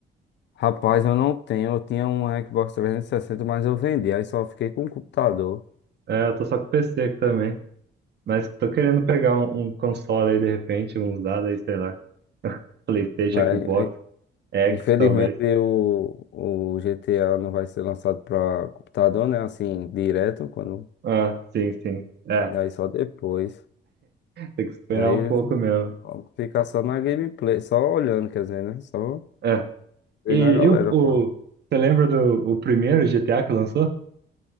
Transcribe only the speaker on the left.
Rapaz, eu não tenho, eu tinha um Xbox 360, mas eu vendi, aí só fiquei com o computador.
É.
Infelizmente
o, o GTA não vai ser lançado para computador, né? Assim, direto, quando.
E aí só depois.
E aí
ficar só na gameplay, só olhando, quer dizer, né? Só
vendo
a galera
fazendo.